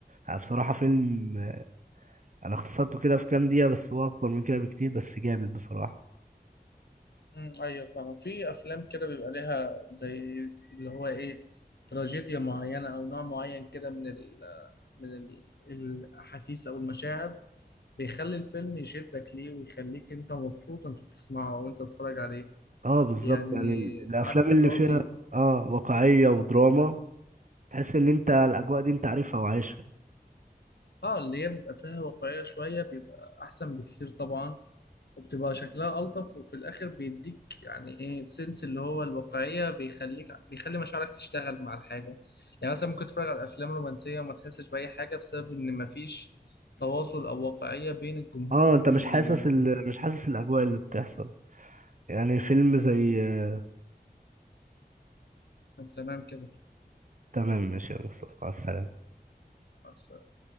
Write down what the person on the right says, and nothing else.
يعني بصراحة فيلم آه، أنا اختصرته كده في كام دقيقة بس هو أكبر من كده بكتير بس جامد بصراحة
اه بالظبط
يعني ال- الأفلام
اللي
فيها
اه واقعية ودراما تحس إن أنت الأجواء دي أنت عارفها وعايشها
اه
أنت مش
حاسس ال... مش حاسس الأجواء اللي بتحصل يعني فيلم زي آه،
تمام ماشي يا مصطفى مع السلامة